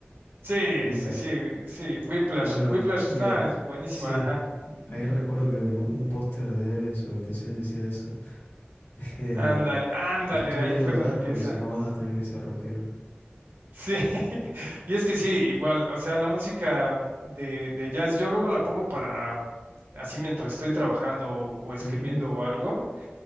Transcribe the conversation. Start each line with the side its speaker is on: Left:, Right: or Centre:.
Right: Sí,
Left: Whiplash.
Right: sí, sí, Whi- sí, Whiplash.
Left: Bueno,
Right: Whiplash,
Left: y
Right: no,
Left: ahí-
Right: es buenísima,
Left: sí,
Right: ajá.
Left: ahí recuerdo que en un, un póster de él en su habitación decía eso. <laughs> Eh,
Right: Ándale, ándale,
Left: estudia
Right: ahí fue
Left: jazz
Right: donde vi
Left: porque
Right: esa.
Left: si no vas a tener que ser rockero.
Right: Sí, <laughs> y es que sí, igual, o sea, la música de, de jazz, yo luego la pongo para, así mientras estoy trabajando o, o escribiendo
Left: Ujú.
Right: o algo,